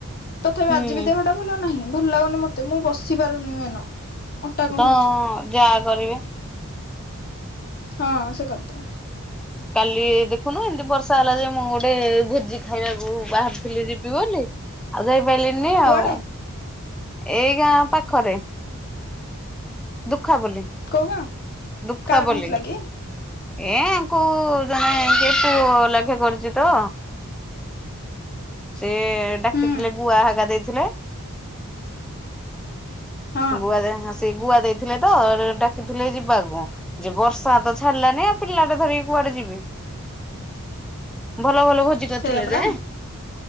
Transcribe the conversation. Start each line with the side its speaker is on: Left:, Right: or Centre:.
Left: ତଥାପି
Centre: ହୁଁ
Left: ଆଜି ବି ଦେହ ଟା ଭଲ ନାହିଁ ଭଲ ଲାଗୁନି ମତେ ମୁଁ ବସି ପାରୁନି ମେନ। ଅଣ୍ଟା କଣ
Centre: ତ
Left: ହଉଛି
Centre: ଯାହା କରିବେ
Left: ହଁ ଆ କରିଦେବେ।
Centre: କାଲି ଦେଖୁନୁ ଏମିତି ବର୍ଷା ହେଲା ଯେ ମୁଁ ଗୋଟେ ଭୋଜି ଖାଇବାକୁ ବାହାରିଥିଲି ଯିବି ବୋଲି ଆଉ ଯାଇପାରିଲିନି
Left: କୁଆଡେ
Centre: ଆଉ ଏଇ ଗାଁ ପାଖରେ। ଖ ବୋଲି
Left: କୋଉ ଗାଁ
Centre: ଦୁଃଖ
Left: କାର କଣ
Centre: ବୋଲି।
Left: ହଉଥିଲା କି
Centre: ଏ କ ଜଣେ କିଏ ପୁଅ ଲାଖେ କରୁଚି ତ। ସେ ଡାକିଥିଲେ
Left: ହୁଁ
Centre: ବୁଆ ହାଗା ଦେଇଥିଲେ।
Left: ହଁ
Centre: ଗୁଆ ଦେ ସେ ଗୁଆ ଦେଇଥିଲେ ତ ଡାକିଥିଲେ ଯିବାକୁ ଯେ ବର୍ଷା ତ ଛାଡିଲାନି ଆଉ ପିଲା ଟା ଧରିକି କୁ ଯି ଭଲ ଭଲ ଭୋଜି କରିଥିଲେ
Left: ସେଇଆ ପରା
Centre: ଯେ।